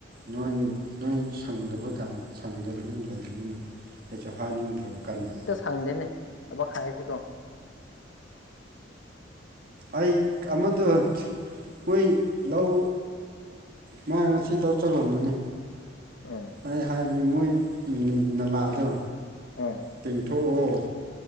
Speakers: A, on the right (about 50°); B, on the left (about 75°).
A: ꯅꯣꯡ ꯅꯣꯢ ꯁꯪꯗꯕ ꯀꯥꯟ ꯁꯪꯗꯕꯅ ꯂꯩꯕꯅꯤꯅ ꯀꯩꯁꯨ ꯍꯥꯅꯤꯡꯗ꯭ꯔꯕ ꯀꯟꯅ
B: ꯈꯪꯗꯦꯅꯦ ꯊꯥꯕ ꯈꯥꯢꯔꯛꯀꯦꯀꯣ
A: ꯑꯩ ꯑꯃꯗꯣ ꯃꯣꯢ ꯂꯧ ꯃꯥ ꯉꯁꯤ ꯂꯧ ꯆꯜꯂꯝꯃꯣꯢꯅꯦ
B: ꯎꯝ
A: ꯑꯩ ꯍꯥꯢꯕꯅꯦ ꯃꯣꯢꯠ ꯅꯤ ꯅꯂꯥꯗꯣ
B: ꯑꯥ
A: ꯇꯦꯡꯊꯣꯛꯑꯣ